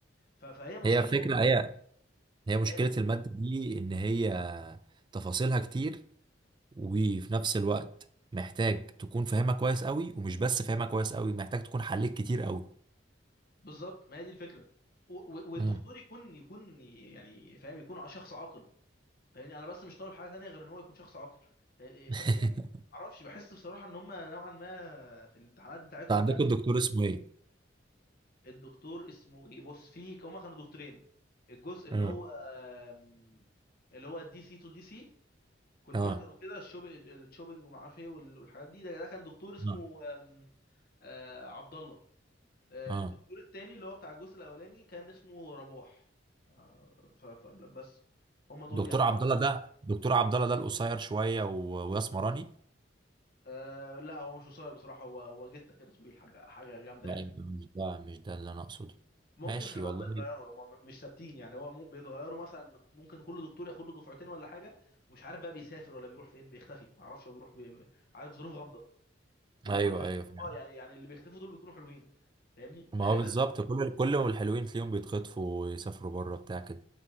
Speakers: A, on the left; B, on the right.
A: ف- فهي مشكله
B: هي فكرة
A: والله
B: هي هي
A: هي
B: مشكلة
A: ك-
B: المادة دي إن هي تفاصيلها كتير وفي نفس الوقت محتاج تكون فاهمها كويس قوي ومش بس فاهمها كويس قوي محتاج تكون حليت كتير قوي
A: بالظبط ما هي دي الفكره و- و- والدكتور
B: امم
A: يكون يكون يعني فاهم يكون ع- شخص عاقل يعني انا بس مش طالب حاجه ثانيه غير ان هو يكون شخص عاقل ف- ف-
B: <laughs>
A: يعني ما اعرفش بحس بصراحه ان هم نوعا ما في الامتحانات بتاعتهم
B: انت عندكم
A: لا
B: الدكتور اسمه ايه
A: الدكتور اسمه ايه بص في هما كانوا دكتورين الجزء اللي
B: امم
A: هو آم، اللي هو دي سي تو دي سي كونفرتر
B: اه
A: وكده الشوب الشوبينج وما اعرفش ايه وال- والحاجات دي ده ده كان دكتور اسمه
B: اه
A: آم، آه، عبد الله آه،
B: اه
A: الدكتور التاني اللي هو بتاع الجزء الاولاني كان اسمه رباح آه، ف ف- لا، بس هما دول
B: دكتور
A: يعني ما
B: عبد
A: اعتقدش
B: الله ده دكتور عبد الله ده القصير شويه و- واسمراني
A: آه، لا هو مش قصير بصراحة هو هو جته كده طويل حاجة حاجة جامدة
B: لا
A: يعني
B: مش ده مش ده اللي انا اقصده
A: ممكن
B: ماشي
A: خلي بالك
B: والله
A: بيتغيروا هم مش ثابتين يعني هو مو- بيتغيروا مثلا ممكن كل دكتور ياخد له دفعتين ولا حاجه ومش عارف بقى بيسافر ولا بيروح فين بيختفي ما اعرفش هو بيروح بي... بي- عارف ظروف غامضه ويكون
B: ايوه
A: حلو
B: ايوه فعلا
A: والله يعني يعني اللي بيختفوا دول بيكونوا حلوين فاهمني
B: ما
A: غالبا
B: هو بالظبط كل كل ما الحلوين تلاقيهم بيتخطفوا ويسافروا بره بتاع كده